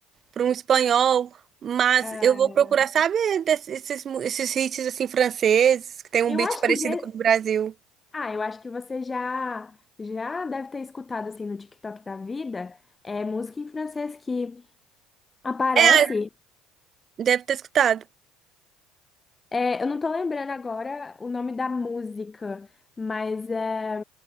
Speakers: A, on the right; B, on the left.
A: para um espanhol, mas
B: Ah,
A: eu vou procurar, sabe, desse- esses, mu- esses hits assim franceses, que tem um
B: eu
A: beat
B: acho
A: parecido
B: que já...
A: com
B: é,
A: o do Brasil.
B: Ah, eu acho que você já já deve ter escutado assim no TikTok da vida, é música em francês que aparece.
A: É, deve ter escutado.
B: é, eu não tô lembrando agora o nome da música, mas é,